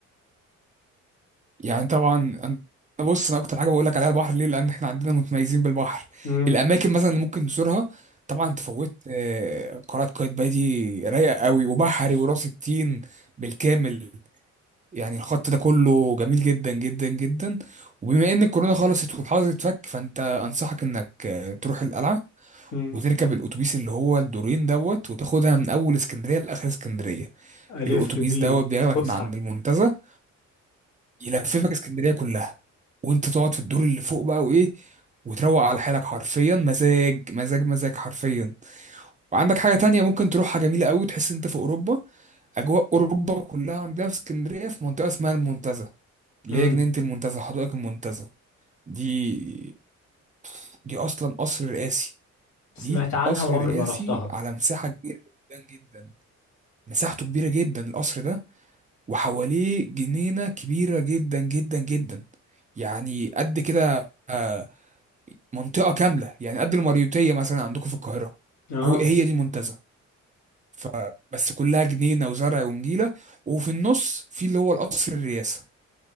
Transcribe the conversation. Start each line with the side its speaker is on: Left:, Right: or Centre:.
Right: يعني طبعا انا أنا بص انا اكتر حاجه بقول لك عليها البحر ليه لان احنا عندنا متميزين بالبحر
Left: امم
Right: الاماكن مثلا اللي ممكن تزورها طبعا تفوت آه، قلعه قايتباي دي رايقه قوي
Left: لفت
Right: وبحري وراس التين بالكامل يعني الخط ده كله جميل جدا جدا جدا وبما ان الكورونا خلصت والحظر اتفك فانت انصحك انك آه، تروح القلعه
Left: امم
Right: وتركب الاتوبيس اللي هو الدورين دوت وتاخدها من اول اسكندريه لاخر اسكندريه
Left: الف
Right: الاتوبيس
Left: بيه
Right: دوت بياخدك
Left: فسحة
Right: من عند المنتزه يلففك اسكندريه كلها وانت تقعد في الدور اللي فوق بقى وايه وتروق على حالك حرفيا مزاج مزاج مزاج حرفيا وعندك حاجه تانية ممكن تروحها جميله قوي تحس انت في اوروبا اجواء اوروبا كلها عندنا في اسكندريه في منطقه اسمها المنتزه اللي
Left: امم
Right: هي جنينه المنتزه حدائق المنتزه دي دي اصلا قصر رئاسي
Left: سمعت
Right: دي
Left: عنها
Right: قصر
Left: وعمري
Right: رئاسي
Left: ما رحتها
Right: على مساحه كبيره جدا جدا مساحته كبيره جدا القصر ده وحواليه جنينة كبيرة جدا جدا جدا يعني قد كده آه، منطقة كاملة يعني قد المريوطية مثلا عندكم في القاهرة
Left: اه
Right: هو هي دي منتزه فبس كلها جنينة وزرع ونجيلة وفي النص في اللي هو القصر الرئاسة